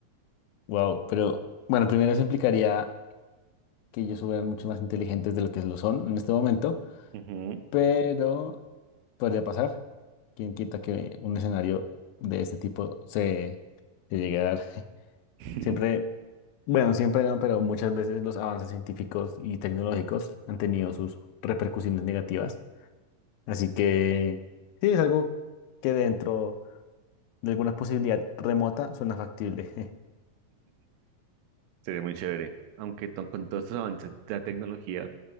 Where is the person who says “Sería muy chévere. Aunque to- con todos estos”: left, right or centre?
Right